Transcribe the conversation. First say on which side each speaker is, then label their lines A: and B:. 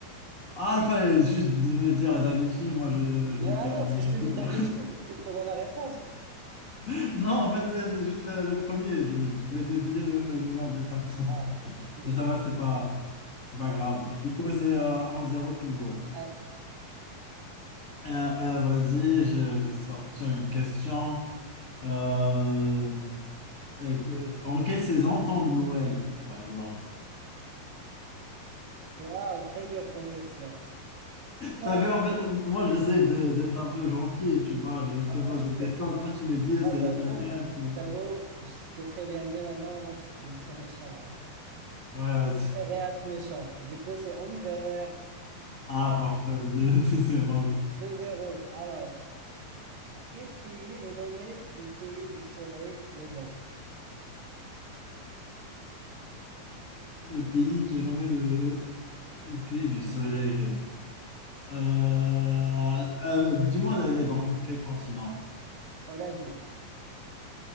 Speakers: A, on the left; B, on the right.
A: Ah, il fallait juste de dire Da Vinci, moi je,
B: Ouais,
A: je vais dire
B: non,
A: Leonardo,
B: si je te dis
A: quoi.
B: da Vinci, c'est que je te donne la réponse.
A: <laughs> Non, en fait, c'est c'est juste la- le premier, je, je vais deviner le, le nom de famille.
B: Ah, c'est-
A: Mais ça va, c'est pas, c'est pas
B: ouais,
A: grave. Du coup, c'est euh, 1-0 toujours.
B: ouais.
A: Euh, vas-y, je, je vais sortir une question. Euh, et que- en quelle saison tombe Noël, par exemple?
B: Wow, très dur comme question. Non,
A: T'as vu, en fait, moi, j'essaie de, d'être un peu gentil, tu vois. Je, je te pose
B: moi, je suis...
A: des questions
B: mé-
A: et toi, tu me dis,
B: moi,
A: c'est
B: j'avoue,
A: italien. faut-
B: j'avoue, je te préviens dès maintenant, moi, je, je serais méchant. hein.
A: Ouais, vas-y.
B: Et être méchant. Du coup, c'est en hiver.
A: Ah, parfait, c'est 2-0.
B: 2 zéro. Alors, quel pays est nommé le pays du soleil levant?
A: Le pays qui est nommé le, le pays du soleil. Euh, euh, dis-moi d'aller dans quel continent?
B: Oh, l'Asie.